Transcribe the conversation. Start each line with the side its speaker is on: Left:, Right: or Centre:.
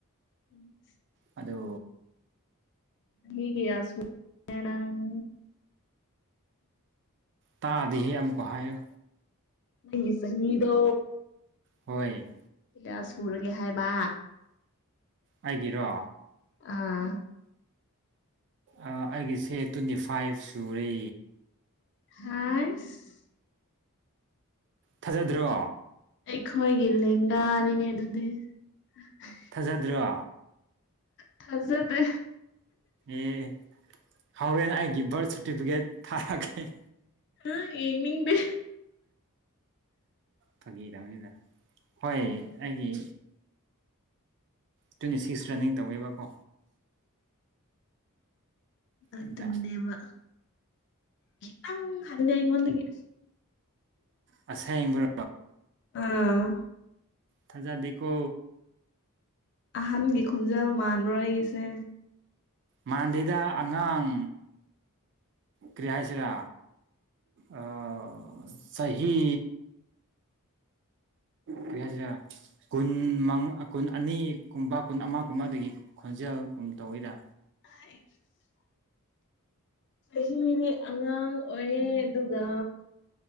Left: ꯎꯝ
Right: ꯑꯗꯨ
Left: ꯃꯤꯒꯤ ꯌꯥꯁꯨ ꯑꯦ ꯅꯪ
Right: ꯇꯥꯗꯦꯍꯦ ꯑꯃꯨꯛꯀ ꯍꯥꯏꯌꯨ
Left: ꯅꯪꯒꯤ ꯆꯍꯤꯗꯣ
Right: ꯍꯣꯏ
Left: ꯀꯌꯥ ꯁꯨꯔꯒꯦ ꯍꯥꯏꯕꯥ
Right: ꯑꯩꯒꯤꯔꯣ
Left: ꯑꯥ
Right: ꯑꯥ ꯑꯩꯒꯤꯁꯦ ꯇ꯭ꯋꯦꯟꯇꯤ ꯐꯥꯏꯞ ꯁꯨꯔꯦ
Left: ꯍꯥꯏꯁ
Right: ꯊꯖꯗ꯭ꯔꯣ
Left: ꯑꯩꯈꯣꯏꯒꯤ ꯂꯦꯟꯒꯥꯅꯤꯅꯦ ꯗꯨꯗꯤ <unintelligible>
Right: ꯊꯖꯗ꯭ꯔꯣ
Left: ꯊꯖꯗꯦ
Right: ꯑꯦ ꯍꯧꯔꯦꯟ ꯑꯩꯒꯤ ꯕꯥꯔ꯭ꯠ ꯁꯔꯇꯤꯐꯤꯀꯦꯠ ꯊꯥꯔꯛꯀꯦ
Left: ꯑꯥ ꯌꯦꯡꯅꯤꯡꯗꯦ
Right: ꯐꯒꯤ ꯇꯧꯅꯤꯗ ꯍꯣꯏ ꯑꯩꯒꯤ ꯇ꯭ꯋꯦꯟꯇꯤ ꯁꯤꯛꯁ ꯔꯟꯅꯤꯡ ꯇꯧꯋꯦꯕꯀꯣ
Left: ꯑꯇꯨꯅꯦꯕꯥ
Right: ꯑꯗ
Left: ꯈꯤꯇꯪ ꯍꯜꯂꯦ ꯑꯩꯉꯣꯟꯗꯒꯤ
Right: ꯑꯁꯦꯡꯕ꯭ꯔꯣ
Left: ꯑꯥ
Right: ꯊꯖꯗꯦꯀꯣ
Left: ꯑꯍꯟꯒꯤ ꯈꯣꯟꯖꯦꯜ ꯃꯥꯟꯕ꯭ꯔꯣ ꯑꯩꯒꯤꯁꯦ
Right: ꯃꯥꯟ ꯗꯦꯗꯥ ꯑꯉꯥꯡ ꯀ꯭ꯔꯤ ꯍꯥꯏꯁꯤꯔꯥ ꯑꯥ ꯆꯍꯤ ꯀ꯭ꯔꯤ ꯍꯥꯏꯁꯤꯔꯥ ꯀꯨꯟ ꯃꯪ ꯑꯀꯨꯟ ꯑꯅꯤꯀꯨꯝꯕ ꯀꯨꯟ ꯑꯃ ꯀꯨꯝꯕꯗꯒꯤ ꯈꯣꯟꯖꯦꯜ ꯀꯨꯝ ꯇꯧꯏꯗ
Left: <inaudible> ꯆꯍꯤꯗꯤ ꯑꯉꯥꯡ ꯑꯣꯏꯌꯦ ꯑꯗꯨꯒ